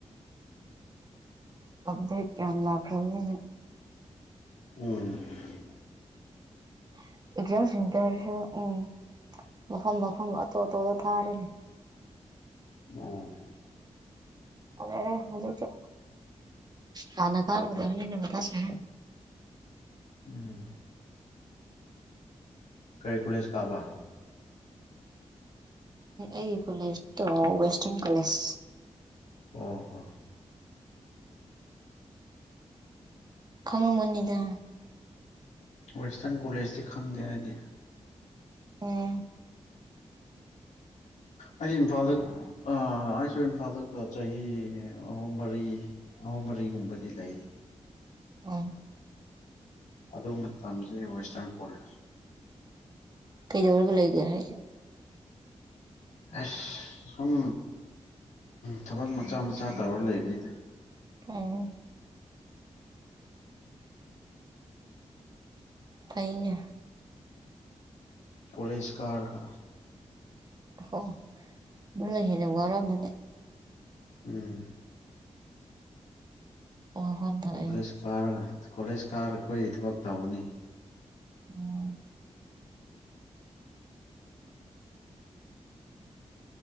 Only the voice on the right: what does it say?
ꯎꯞꯗꯦꯠ ꯌꯥꯝ ꯂꯥꯈꯔ꯭ꯃꯤꯅꯥ
<unintelligible> ꯇꯁꯨ ꯎꯝ ꯃꯐꯝ ꯃꯐꯝ ꯑꯇꯣꯞ ꯑꯇꯣꯞꯗ ꯊꯥꯔꯤꯅꯦ
ꯑ ꯍꯧꯖꯤ ꯀꯅ ꯀꯥꯔ ꯑꯣꯏꯊ ꯁ
ꯑꯩ ꯀꯣꯂꯦꯖ ꯇꯣ ꯋꯦꯁꯇꯔꯟ ꯀꯣꯂꯦꯖ
ꯈꯪꯉꯃꯅꯤꯗ
ꯑꯣꯝ
ꯑꯥ
ꯀꯩꯗꯔꯒ ꯂꯩꯒ ꯍꯥꯏ
ꯎꯝ ꯐꯩꯅꯦ
ꯑꯣ ꯃꯂ ꯍꯦꯅ ꯋꯥꯔꯃꯅꯤ
ꯋꯥꯐꯝ ꯊꯣꯛꯑꯦ
ꯎꯝ